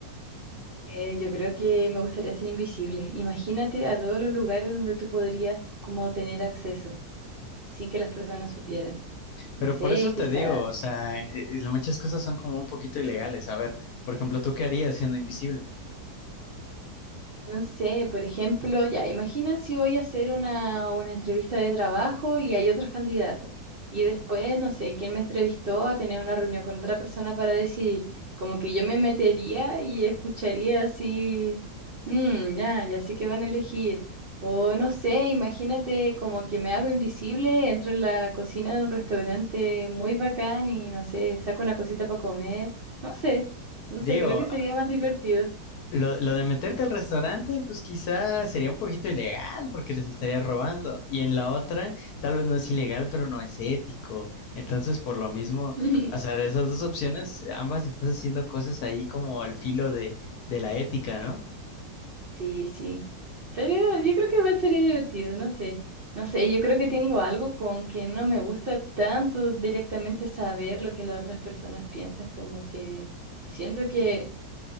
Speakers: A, on the right; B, on the left.
A: eh, yo creo que me gustaría ser invisible. Imagínate a todos los lugares donde tú podrías como tener acceso sin que las personas supieran. No
B: Pero
A: sé,
B: por eso te
A: quizá
B: digo, o sea, eh, eh, muchas cosas son como un poquito ilegales. A ver, por ejemplo, ¿tú qué harías siendo invisible?
A: No sé, por ejemplo, ya, imagina si voy a hacer una, una entrevista de trabajo y hay otros candidatos. Y después, no sé, quién me entrevistó a tener una reunión con otra persona para decidir. Como que yo me metería y escucharía así, "Mm, ya, ya sé que van a elegir. O no sé, imagínate como que me hago invisible, entro en la cocina de un restaurante muy bacán y no sé, saco una cosita para comer. No sé, no
B: Digo,
A: sé, creo que sería
B: ah,
A: más divertido.
B: lo, lo de meterte al restaurante, pues quizá sería un poquito ilegal porque les estarías robando. Y en la otra, tal vez no es ilegal, pero no es ético. Entonces, por lo mismo,
A: <laughs>
B: o sea, de esas dos opciones, ambas estás haciendo cosas ahí como al filo de, de la ética, ¿no?
A: Sí, sí. Pero yo creo que igual sería divertido, no sé. No sé, yo creo que tengo algo con que no me gusta tanto directamente saber lo que las otras personas piensan, como que siento que